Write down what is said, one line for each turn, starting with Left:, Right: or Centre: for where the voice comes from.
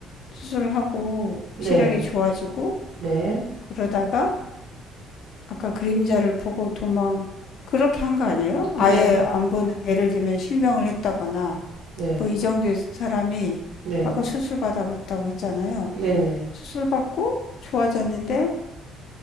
Left: 수술을 하고
Right: 네,
Left: 시력이 좋아지고,
Right: 네,
Left: 그러다가 아까 그림자를 보고 도망, 그렇게 한 거 아니에요?
Right: 네,
Left: 아예 안 보는, 예를 들면 실명을 했다거나,
Right: 네,
Left: 뭐 이 정도의 사람이
Right: 네,
Left: 아까 수술 받았다고 했잖아요.
Right: 네, 네.
Left: 수술 받고 좋아졌는데,